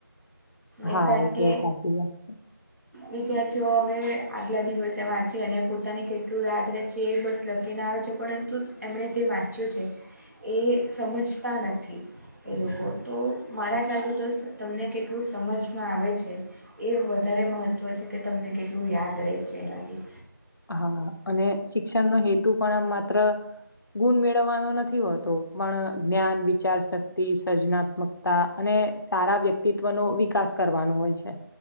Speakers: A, on the left (about 70°); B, on the right (about 45°).
A: હા
B: એ કાર
A: તો
B: કે
A: સાચી વાત
B: વિદ્યાર્થીઓ હવે આગલા દિવસે વાંચી અને પોતાને કેટલું યાદ રહે જે બસ લખીને આવે છે, પરંતુ એમણે જે વાંચ્યું છે. એ સમજતા નથી એ લોકો તો, મારા ખ્યાલથી તો તમને કેલા એટલું સમજમાં આવે છે. એ વધારે મહત્ત્વ છે, કે તમને કેટલું યાદ રહે છે. એનાથી
A: હા અને શિક્ષણનો હેતુ પણ આમ માત્ર ગુણ મેળવવાનો નથી હોતો પણ જ્ઞાન વિચાર શક્તિ સર્જનાત્મકતા અને સારા વ્યક્તિત્વ નો વિકાસ કરવાનો હોય છે.